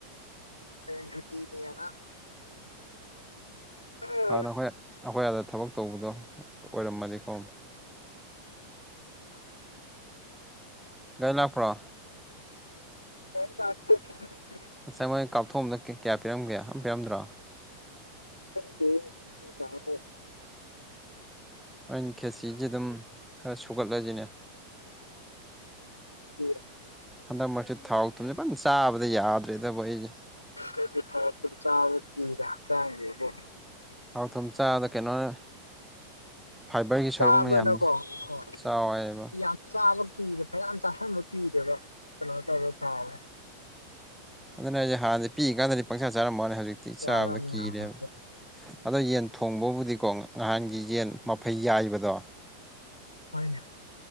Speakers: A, on the left; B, in the centre.
A: ꯍꯌꯦꯡ ꯁꯨꯇꯤ ꯅꯦꯅ ꯇꯧꯕꯅꯤ
B: ꯍꯥꯟꯅ ꯑꯈꯣꯏ ꯑꯈꯣꯏ ꯑꯥꯗ ꯊꯕꯛ ꯇꯧꯕꯗꯣ ꯑꯣꯏꯔꯝꯃꯗꯤꯀꯣ ꯒꯥꯔꯤ ꯂꯥꯛꯄ꯭ꯔꯣ
A: <unintelligible>
B: ꯉꯁꯥꯏ ꯃꯣꯏ ꯀꯥꯞꯊꯣꯛꯑꯝꯗ ꯀꯌꯥ ꯄꯤꯔꯝꯒꯦ ꯑꯝ ꯄꯤꯔꯝꯗ꯭ꯔꯣ
A: ꯈꯪꯗꯦ ꯅꯣꯏ ꯗꯥ ꯍꯣꯏ
B: ꯑꯩꯅ ꯈꯦꯆꯤꯖꯦ ꯑꯗꯨꯝ ꯈꯔꯥ ꯁꯨꯒꯠꯂꯖꯤꯅꯦ
A: <unintelligible>
B: ꯍꯟꯗꯛ ꯃꯔꯛꯁꯤ ꯊꯥꯎ ꯊꯨꯝꯖꯦ ꯐꯟ ꯆꯥꯕꯗ ꯌꯥꯗ꯭ꯔꯦꯗꯕꯣ ꯑꯩꯁꯦ
A: ꯑꯩꯗꯤ ꯊꯥꯎꯁꯦ ꯆꯥꯕ ꯀꯤꯗ ꯍꯛꯆꯥꯡꯖꯦꯕꯣ
B: ꯊꯥꯎ ꯊꯨꯝ ꯆꯥꯗ ꯀꯩꯅꯣꯔꯥ ꯐꯥꯏꯕꯔꯒꯤ ꯁꯔꯨꯛꯅ
A: ꯆꯥꯕꯅꯀꯣ
B: ꯌꯥꯝꯅ
A: ꯍꯣꯏ
B: ꯆꯥꯎ ꯍꯥꯏꯕ
A: ꯌꯥꯝ ꯆꯥꯕ ꯀꯤꯔꯦ ꯐꯩꯅꯥꯝ ꯆꯥꯁꯟꯕ ꯀꯤꯗꯦꯕ ꯀꯩꯅꯣ ꯇꯧꯔꯒ ꯊꯥꯎ
B: ꯑꯗꯨꯅꯦ ꯍꯥꯢꯖꯦ ꯍꯥꯟꯗꯤ ꯄꯤꯏꯀꯥꯟꯗꯗꯤ ꯄꯪꯆꯥ ꯆꯥꯔꯝꯕꯋꯥꯅꯦ ꯍꯧꯖꯤꯛꯇꯤ
A: ꯆꯥꯔꯝꯅꯦ
B: ꯆꯥꯕꯗ ꯀꯤꯔꯦꯕ
A: ꯍꯧꯖꯤꯛꯇꯤ
B: ꯑꯗꯣ ꯌꯦꯟ ꯊꯣꯡꯕꯕꯨꯗꯤꯀꯣ ꯉꯍꯥꯟꯒꯤ ꯌꯦꯟ ꯃꯐꯩ ꯌꯥꯏꯕꯗꯣ
A: ꯍꯣꯏꯅꯦ